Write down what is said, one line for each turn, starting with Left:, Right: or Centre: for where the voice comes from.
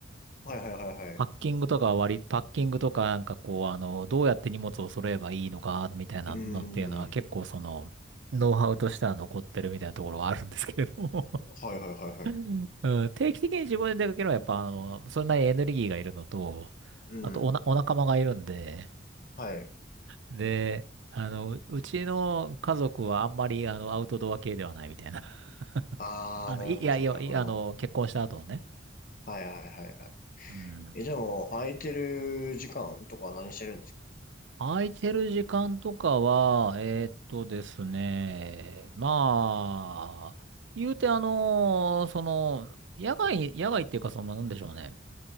Left: はいはいはいはい。
Right: パッキングとかは割り、パッキングとかなんかこう、あの、どうやって荷物を揃えばいいのか、みたいなのっていうのは結構その、
Left: うーん。
Right: ノウハウとしては残ってるみたいなところはあるんですけれども
Left: はいはいはいはい。
Right: <laughs> うん、定期的に自分で出かけるのはやっぱあの、それなりにエネルギーがいるのと、
Left: うん。
Right: あとおな、お仲間がいるんで、
Left: はい。
Right: で、あの、うちの家族はあんまりあのアウトドア系ではないみたいな。<laughs>
Left: あー、
Right: あの、
Left: なるほどなるほど。
Right: い、いやいや、いあの、結婚した後のね。
Left: はいはいはいはい。
Right: うん。
Left: え、じゃあもう、空いてる時間とかは何してるんですか
Right: 空いてる時間とかは、えーっとですね、まあ、言うてあの、その、野外、野外っていうか、その、なんでしょうね。